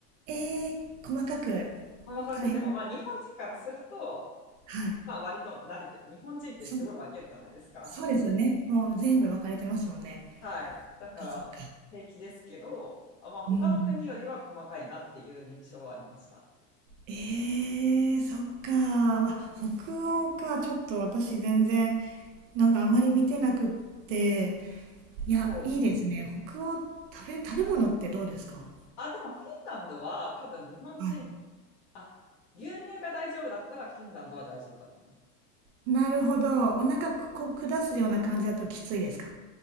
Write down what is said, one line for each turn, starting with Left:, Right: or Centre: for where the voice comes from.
Right: ええ細かく、
Left: 細かく。
Right: 大変ね。
Left: でもまあ日本人からすると、
Right: はい。
Left: まあ割と慣れて、日本人ってすごい分けるじゃないですか。
Right: そうそうですよね。もう全部分かれてますもんね。
Left: <laughs> はい。だから平気ですけど、
Right: そっか。
Left: あまあ他の国よりは細かいなっていう印象はありました。
Right: うんうん。えー、そっか。わ北欧か。ちょっと私全然、なんかあまり見てなくって。いや、
Left: そう。
Right: いいですね。北欧、食べ、食べ物ってどうですか
Left: あ、でもフィンランドは多分日本人、
Right: はい。
Left: あ、牛乳が大丈夫だったらフィンランドは大丈夫だと思います。
Right: なるほど。お腹こう下すような感じだときついですか